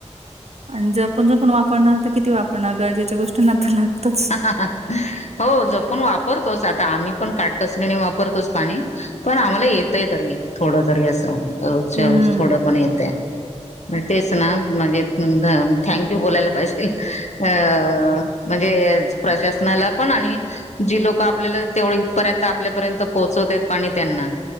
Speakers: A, on the right; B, on the left.
A: आणि जपण जपून वापरण तर किती वापरणं गरजेच्या गोष्टींना आता लागतच
B: हो जपून वापरतोच आता आम्ही पण काटकसरीने वापरतोच पाणी पण आम्हाला येतय तरी थोडं तरी असं म्हण रोजच्या
A: हम्म.
B: रोज थोड पण येतय म्हणज तेच ना म्हणजे थँकू बोलायला पाहिजे अ म्हणजे प्रशासनाला पण आणि जी लोक आपल्याला तेवढ इथपर्यंत आपल्यापर्यंत पोहोचवतायत पाणी त्यांना